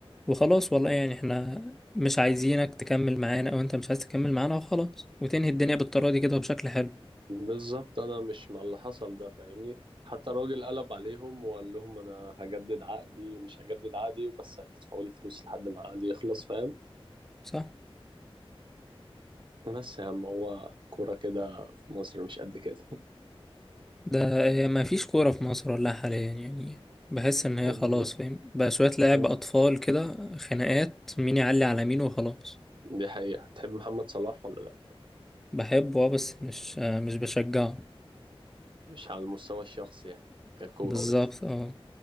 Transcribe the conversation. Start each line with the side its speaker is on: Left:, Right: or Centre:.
Centre: وخلاص والله يعني احنا مش عايزينك تكمل معانا او انت مش عايز تكمل معانا وخلاص وتنهي الدنيا بالطريقة دي كده وبشكل حلو
Right: بالظبط انا مش مع اللي حصل ده فاهمني حتى الراجل قلب عليهم وقال لهم انا هجدد عقدي مش هجدد عقدي بس هتدفعوا لي فلوس لحد ما عقدي يخلص فاهم
Centre: صح
Right: بس يا عم هو كورة كده في مصر مش قد كده
Centre: ده هي مفيش كورة في مصر ولا حاليا يعني بحس ان
Right: <laughs>
Centre: هي
Right: تحب
Centre: خلاص فاهم بقى شوية لعب
Right: تحب-
Centre: اطفال كده خناقات مين يعلي على مين وخلاص
Right: دي حقيقة تحب محمد صلاح ولا لا
Centre: بحبه اه بس مش آه، مش بشجعه
Right: مش على المستوى الشخصي يعني ككورة
Centre: بالظبط
Right: بس
Centre: اه